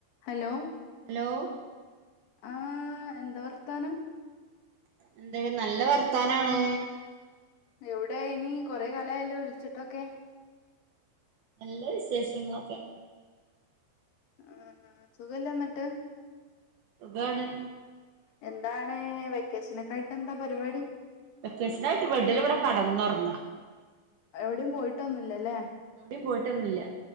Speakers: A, on the left (about 65°); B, on the right (about 65°).
A: Hello
B: hello
A: ആഹ് എന്താ വർത്താനം?
B: എന്തേ നല്ല വർത്താനാണ്.
A: എവ്ടെ നി കൊറെകാലായല്ലോ വിൾച്ചിട്ടൊക്കെ.
B: നല്ല വിശേഷങ്ങളൊക്കെ
A: ആഹ് സുഖല്ലന്നട്ട്?
B: സുഖാണ്.
A: എന്താണ് വെക്കേഷനൊക്കായിട്ടെന്താ പരിവാടി?
B: വെക്കേഷനായിട്ട് ബെഡില് ബടെ കടന്നൊർങ്ങ.
A: എവ്ടിം പോയിട്ടൊന്നുല്ലല്ലേ.
B: എവ്ടിം പോയിട്ടൊന്നുല്ല.